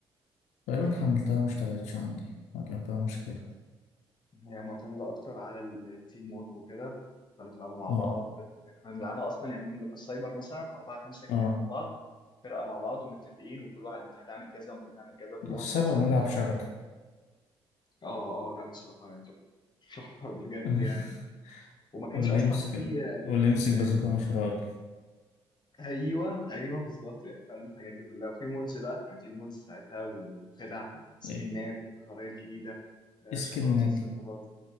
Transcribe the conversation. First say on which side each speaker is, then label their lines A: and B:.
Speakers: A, on the left; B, on the left.
A: تقريبا حملتها ما اشتغلتش عندي ما كان فيها مشكلة
B: هي معتمدة أكتر على التيم ورك وكده تفضلوا تلعبوا مع
A: اه
B: بعض يعني احنا بنلعبها أصلا يعني ممكن نبقى السايبر مثلا أربعة خمسة كده
A: اه
B: جنب بعض فرقة مع بعض ومتفقين وكل واحد أنت هتعمل كذا وأنت هتعمل كذا كل
A: السبب
B: واحد له تاسكات
A: نلعب شبكة
B: اه اه لا بصراحة يعني تحفة تحفة <laughs> بجد
A: <laughs>
B: يعني وما كانش
A: واللي
B: أصلا
A: يمسك
B: في آه،
A: واللي يمسك
B: يعني
A: بازوكا
B: ال-
A: مش راجل
B: أيوه أيوه بالظبط يعني فعلا الحاجات دي كلها وفي مودز بقى كان في مودز ساعتها وخدع سكنات
A: ايه
B: خرائط جديدة آه،
A: سكيلنات
B: شفرات في السيرفرات
A: دي